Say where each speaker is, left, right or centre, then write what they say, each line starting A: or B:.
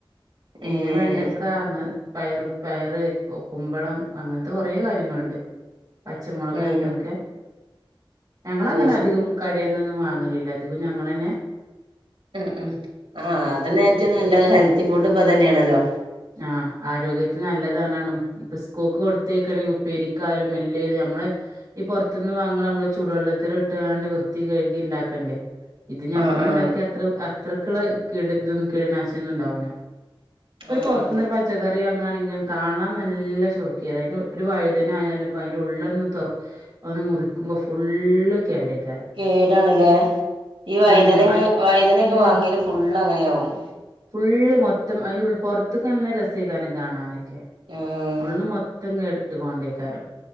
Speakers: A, on the right; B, on the right.
A: പിന്നെ
B: ഏഹ്
A: വേണ്ടക്ക അങ്ങ പയറു പയറ് കുമ്പളം അങ്ങനത്തെ കുറേ കാര്യങ്ങളുണ്ട് പച്ചമുളകയിട്ടൊക്കെ
B: ഏഹ്
A: ഞങ്ങളങ്ങനെ
B: അത് ശരി
A: അധികം കടേന്നൊന്നും വാങ്ങലില്ല അധികം ഞങ്ങളെന്നെ
B: ഉം ഉം ആഹ് അതന്നെറ്റം നല്ല ഹെൽത്തി ഫുഡ് ഇപ്പതന്നെയാണല്ലോ
A: ആഹ് ആരോഗ്യത്തി നല്ലതണണ ഇപ്പൊസ്കൂക്ക് കൊടു <unintelligible> ഉപ്പേരിക്കാലും എല്ലെലും നമ്മളെ ഈ പുറത്തുന്ന് വാങ്ങണ നമ്മള് ചുടുവെള്ളത്തിട്ട് കാണ്ട് വൃത്തികയ്കിണ്ടാക്കണ്ടേ ഇത് ഞമ്മള്ണ്ടാക്കിയ
B: ആഹ് ആഹ്
A: അത്ര അത്രക്കുള്ള കീട ഇതൊന്നു കീടനാശിനൊന്നും ഇണ്ടാവൂല ഒരു
B: ആഹ്
A: പൊറത്തുന്നൊരു
B: അതെ
A: പച്ച പച്ചക്കറി വാങ്ങാണെങ്കിലും കാണാൻ നല്ല ചെർക്കയാ അതിന് ഒരു വഴുതനായാലും ഇപ്പ അയിന്റെള്ളൊന്ന് തെറു ഒന്ന് മുറിക്കുമ്പോ ഫുള്ള് കേടക്കാരം
B: കേടാണല്ലേ ഈ വൈതനങ്ങ
A: ഞ
B: വൈതനൊക്കെ
A: ഉം
B: വാങ്ങിയല് ഫുള്ള് അങ്ങനെയവും
A: ഫുള്ള് മൊത്തം അയിൻ്റുൾ പുറത്തല്ല രസയിക്കാര കാണാനായി
B: ആഹ്
A: ഉള്ള് മൊത്തം കെട്ട് കൊണ്ടേയ്ക്കാരും